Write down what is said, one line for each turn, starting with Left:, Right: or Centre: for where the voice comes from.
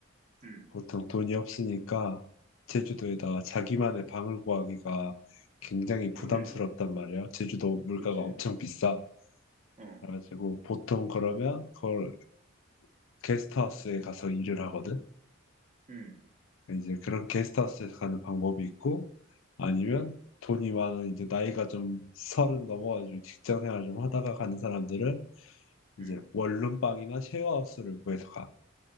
Right: 음,
Left: 보통 돈이 없으니까 제주도에다가 자기만의 방을 구하기가 굉장히 부담스럽단
Right: 힘들지.
Left: 말이야. 제주도 물가가
Right: 그치?
Left: 엄청 비싸.
Right: 어,
Left: 그래가지고 보통 그러면 그걸 게스트하우스에 가서 일을 하거든.
Right: 음,
Left: 이제 그런 게스트하우스에 가는 방법이 있고 아니면
Right: 음,
Left: 돈이 많은 이제 나이가 좀 서른 넘어가지고 직장 생활 좀 하다가 가는 사람들은 이제
Right: 음,
Left: 원룸방이나 쉐어하우스를 구해서 가.